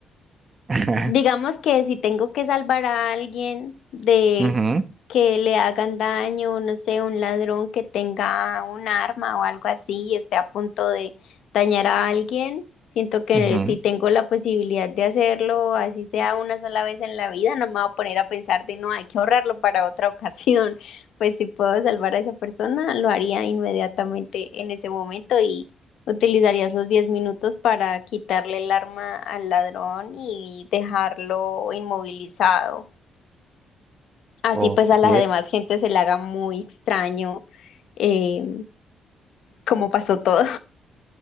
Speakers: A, on the right (about 30°); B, on the left (about 70°).
A: <laughs>
B: Digamos que si tengo que salvar a alguien de
A: Ujú,
B: que le hagan daño, no sé, un ladrón que tenga un arma o algo así y esté a punto de dañar a alguien, siento que
A: ujú.
B: si tengo la posibilidad de hacerlo, así sea una sola vez en la vida, no me voy a poner a pensar de no, hay que ahorrarlo para otra ocasión. <laughs> Pues si puedo salvar a esa persona, lo haría inmediatamente en ese momento y ¿Utilizarías los 10 minutos para quitarle el arma al ladrón y dejarlo inmovilizado? Así
A: Ok.
B: pues a la demás gente se le haga muy extraño eh, cómo pasó todo.